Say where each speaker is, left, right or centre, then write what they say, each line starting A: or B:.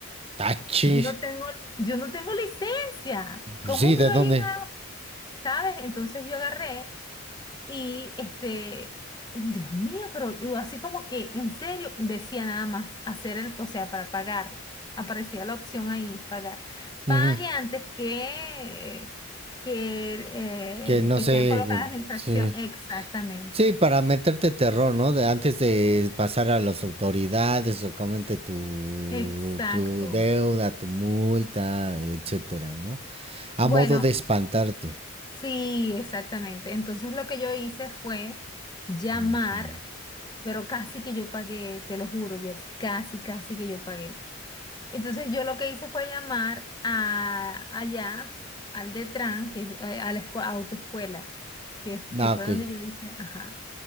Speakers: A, on the right; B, on the left.
A: Tachi.
B: Yo no tengo, yo no tengo licencia. ¿Cómo
A: Sí, ¿de
B: me va
A: dónde?
B: a llegar? ¿Sabes? Entonces yo agarré y este, Dios mío, pero yo así como que en serio decía nada más hacer el, o sea, para pagar. Aparecía la opción ahí, pagar. Pague
A: Ujú.
B: antes que, que,
A: Que no
B: eh, que
A: sé.
B: sean colocadas
A: eh,
B: la infracción.
A: Sí.
B: Exactamente.
A: Sí, para meterte terror, ¿no? De antes de pasar a las autoridades o comente tu,
B: Exacto.
A: tu deuda, tu multa, etcétera, ¿no? A
B: Bueno,
A: modo de espantarte.
B: Sí, exactamente. Entonces lo que yo hice fue llamar,
A: Ujú.
B: pero casi que yo pagué, te lo juro, Jersey, casi, casi que yo pagué. Entonces yo lo que hice fue llamar a allá, al Detran, que es eh, a la escue- autoescuela, que, que
A: Ah,
B: fue
A: ok.
B: donde yo hice, ajá.